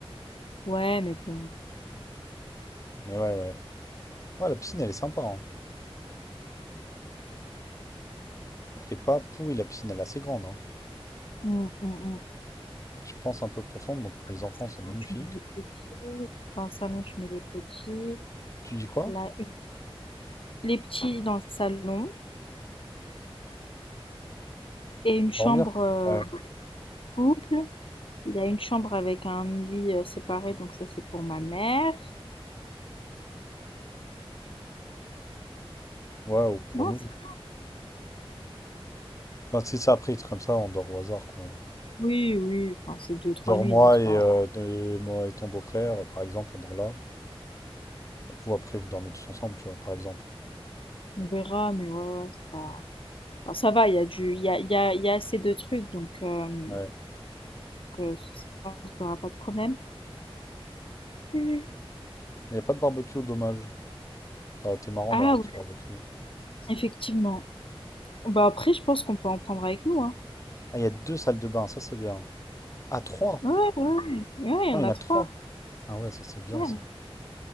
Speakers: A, on the left (about 60°); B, on the left (about 30°).
A: Ouais, mais bon.
B: Mais ouais, ouais. Ouais, la piscine, elle est sympa, hein. Elle est pas pourrie, la piscine, elle est assez grande, hein.
A: Mm, mm, mm.
B: Et je pense un peu profonde, donc pour
A: Dans le
B: les enfants,
A: salon,
B: c'est magnifique.
A: tu mets les petits. Dans le salon, tu mets les petits.
B: Tu dis quoi?
A: Là, une- Les petits dans le salon. Et une chambre
B: Dormir?
A: euh,
B: Ouais.
A: couple. Il y a une chambre avec un lit euh, séparé, donc ça, c'est pour ma mère.
B: Ouais, ou pour
A: Non,
B: nous.
A: c'est-
B: Enfin, si c'est après, des trucs comme ça, on dort au hasard, quoi.
A: Oui, oui. Enfin, c'est deux, trois
B: Genre
A: nuits,
B: moi
A: donc c'est
B: et,
A: pas.
B: euh, de- et moi et ton beau-frère, euh, par exemple, on dort là. Et vous, après, vous dormez tous ensemble, tu vois, par exemple.
A: On verra, mais ouais, ouais, c'est pas. Alors ça va, il y a du, il y a, il y a- il y a assez de trucs, donc, euh, donc,
B: Ouais.
A: euh, sur ça, on n'aura pas de problème. Mhm.
B: Il n'y a pas de barbecue, dommage. Ça aurait été marrant
A: Ah
B: d'avoir un
A: oui,
B: petit barbecue.
A: effectivement. Bah après, je pense qu'on peut en prendre avec nous, hein.
B: Ah, il y a deux salles de bain, ça c'est bien. Ah, trois?
A: Ouais, ouais, ouais, Ouais, il y
B: Non,
A: en
B: il y
A: a
B: en a
A: trois.
B: trois. Ah ouais, ça c'est bien,
A: Ouais,
B: ça.
A: il y en a